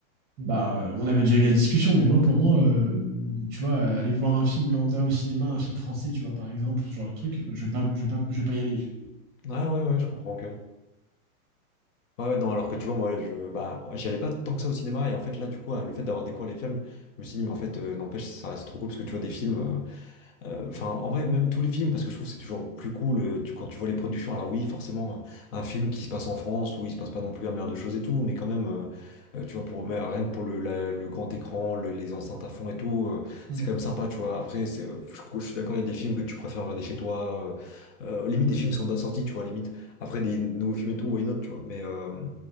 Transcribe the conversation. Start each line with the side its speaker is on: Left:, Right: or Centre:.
Right: bah, euh, on avait déjà eu la discussion, mais moi, pour moi, euh, tu vois, euh, aller voir un film lambda au cinéma, un film français, tu vois, par exemple, ce genre de truc, euh, je vais pas, je vais pas, je vais pas y aller. tu
Left: Ah ouais, ouais, je comprends, ok. Ouais, ouais, non, alors que tu vois, moi, je, bah, j'y allais pas tant que ça au cinéma, et en fait, là, du coup, le fait d'avoir découvert les films, je me suis dit, mais en fait, euh, n'empêche, ça reste trop cool, parce que tu vois, des films. euh, Euh, Enfin, en vrai, même tous les films, parce que je trouve que c'est toujours plus cool euh, tu- quand tu vois les productions. Alors oui, forcément, euh, un film qui se passe en France, oui, il se passe pas non plus un milliard de choses et tout, mais quand même, euh, euh, tu vois, pour, mais rien que pour le, la- le grand écran, le- les enceintes à fond et tout, euh,
Right: vois.
Left: c'est
Right: Mm.
Left: quand même sympa, tu vois. Après, c'est, euh, je, je suis d'accord, il y a des films que tu préfères regarder chez toi. euh, euh, limite, des films qui sont déjà sortis, tu vois, limite. Après, des nouveaux films et tout, why not, tu vois. Mais, euh,